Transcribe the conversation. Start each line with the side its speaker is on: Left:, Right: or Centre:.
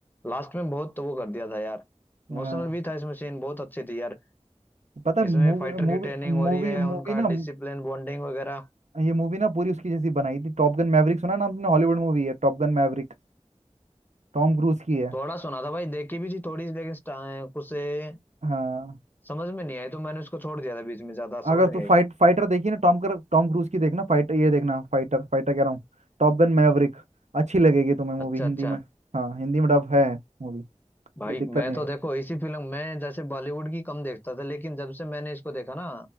Left: लास्ट में बहुत तो वो कर दिया था यार
Right: हाँ
Left: इमोशनल भी था इसमें सीन बहुत अच्छे थे यार
Right: पता है मूवी
Left: इसमें फाइटर
Right: मूवी
Left: की ट्रेनिंग हो
Right: मूवी
Left: रही है
Right: मूवी
Left: उनका
Right: ना
Left: डिसिप्लिन बॉन्डिंग वगैरह
Right: ये मूवी ना पूरी उसकी जैसी बनाई थी टॉप गन मैवरिक सुना ना आपने हॉलीवुड मूवी है Top Gun Maverick Tom Cruise की है
Left: थोड़ा सुना था भाई देखी भी थी थोड़ी सी लेकिन स्टा- कुछ ए,
Right: हाँ
Left: समझ में नहीं आई तो मैंने उसको छोड़ दिया था बीच में ज्यादा
Right: अगर
Left: समझ
Right: तू
Left: नहीं आई
Right: फाइट फाइटर देखी ना टॉम कर टॉम क्रूज की देखना फाइटर ये देखना फाइटर फाइटर कह रहा हूँ टॉप गन मैवरिक अच्छी लगेगी तुम्हें मूवी
Left: अच्छा
Right: हिंदी
Left: अच्छा
Right: में हाँ हिंदी में डब है मूवी कोई
Left: भाई
Right: दिक्कत
Left: मैं
Right: नहीं
Left: तो
Right: आएगी
Left: देखो इसी फिल्म मैं जैसे बॉलीवुड की कम देखता था लेकिन जब से मैंने इसको देखा ना